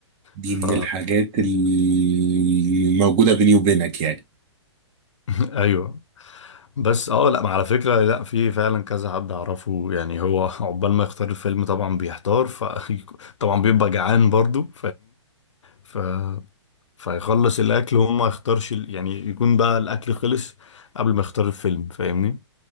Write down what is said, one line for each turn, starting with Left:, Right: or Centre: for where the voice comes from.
Right: دي
Left: ف
Right: من الحاجات الموجوده بيني وبينك يعني
Left: <laughs> ايوه بس اه لا ما على فكرة لا في فعلا كذا حد اعرفه يعني هو <laughs> عقبال ما يختار الفيلم طبعا بيحتار ف <laughs> طبعا بيبقى جعان برضو فاهمني فيخلص الاكل وهو ما يختارش ال- يعني يكون بقى الاكل خلص قبل ما يختار الفيلم فاهمني